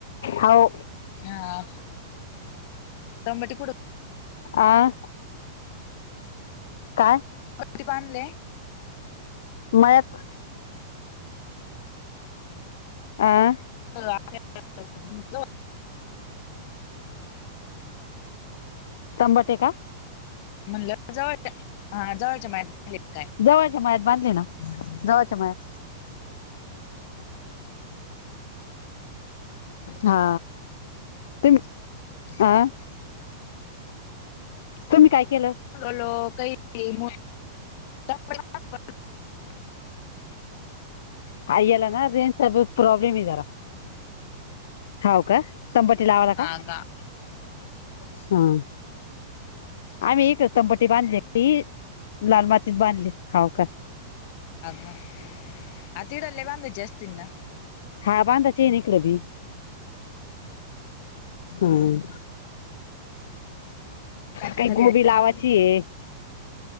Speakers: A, on the left (about 70°); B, on the left (about 40°).
A: हाव.
B: हा तंबाटी कुठ
A: आ? काय?
B: <unintelligible> आणले
A: मळ्यात आ?
B: <unintelligible> <inaudible>
A: तबांटे का?
B: म्हणलं, जवळच्या हा, जवळच्या <unintelligible>
A: जवळच्या मळ्यात बांधले ना, जवळच्या मळ्यात हा, ते <unintelligible> तुम्ही काय केलं?
B: <unintelligible> <inaudible>
A: हा, य्यला ना, रेंजचा प्रॉबलेमे जरा. होव का, तंबटी लावाला का?
B: <unintelligible> <inaudible>
A: हां. आम्ही एक तंबटी बांधली ती, लाल मातीत बांधले, हाव का?
B: आगवा आ तीडले बांधायचे असतील ना.
A: हा बांंधाचे ना इकड भी. हम
B: काय
A: काही
B: चालू
A: गोबी
B: आहे
A: लावाची आहे.